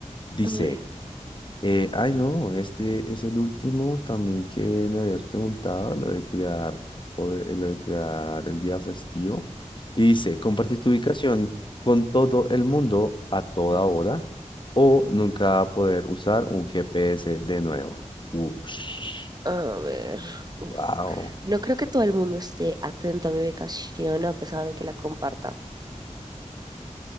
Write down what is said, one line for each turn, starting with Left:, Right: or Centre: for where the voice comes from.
Left: Dice,
Right: A ver.
Left: eh, ay no, este es el último también que me habías preguntado, lo de crear, o de- lo de crear el día festivo. Y dice, compartir tu ubicación con todo el mundo a toda hora o nunca poder usar un GPS de nuevo. Ush.
Right: A ver, uf.
Left: Wow.
Right: No creo que todo el mundo esté atento a mi ubicación a pesar de que la comparta.